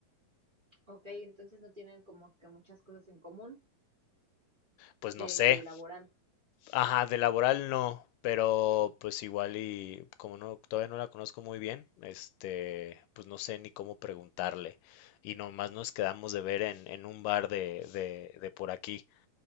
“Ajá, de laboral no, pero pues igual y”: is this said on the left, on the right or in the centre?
Left